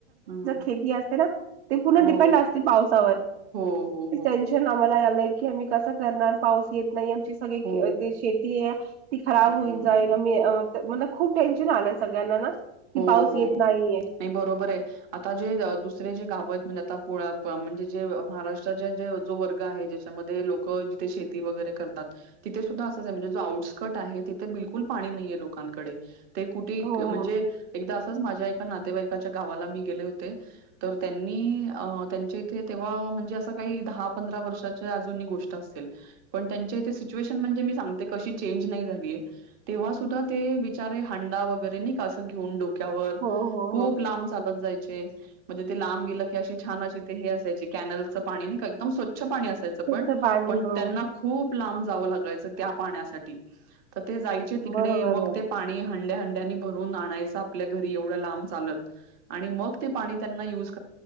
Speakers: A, on the right; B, on the right.
A: हं
B: ख पण
A: हो
B: पे पावसा
A: हो हो हो
B: <inaudible> आम्हाला आलंय की आम्ही कसां करणार पाऊस येत नाही आमची सग
A: हो
B: ते शेती आहे ती खराब
A: हम्म
B: होईल जाई म म्हण खूप टेन्शन आलंय सगळ्यांना ना, कि
A: हो
B: पाऊस
A: हो
B: येत नाहीये
A: नाही बरोबर आहे आता जे दुसरे जे गाव आहेत म्हणजे आता पुळा म्हणजे जे महाराष्ट्र जो वर्ग आहे ज्याच्यामध्ये लोक जिथे शेती वगैरे करतात. तिथे सुद्ध अस म्हणे जो आउटस्कट आहे तिे बि फुल पाणी नाहीये लोकांकडे ते कुठे
B: हो
A: म्हणजे
B: हो
A: एकदा असंच माझ्या एका नातेवाईकाच्या गावाला मी गेले होते. तर त्यांनी अ त्यांच्या इथे तेव्हा म्हणजे असं काही दहा पंधरा वर्षाच्या अजून गोष्टी त्यां स म्हणे मी स क चेंज नाही झाली <inaudible> तेव्हा सुद्धा ते बिचारे हांडा वगैरे नाही कासत, घेऊन डोक्यावर
B: हो हो
A: खूप
B: हो
A: लांब चालत जायचे, म्हणजे ते लांब गेलं की अशी छान अशी ते हे असायची कॅनलचं पाणी नाही का एकदम स्वचछ पाणी अस
B: स्वच्छ
A: पण
B: पाणी
A: पण
B: हो
A: त्यां खूप लांब जावं लागायचं त्या पाण्यासाठी तर ते जायचे तिकडे
B: बरोबर
A: मग
B: आहे
A: ते पाणी हंड्या हंड्यानी भरून आणायच, <unintelligible>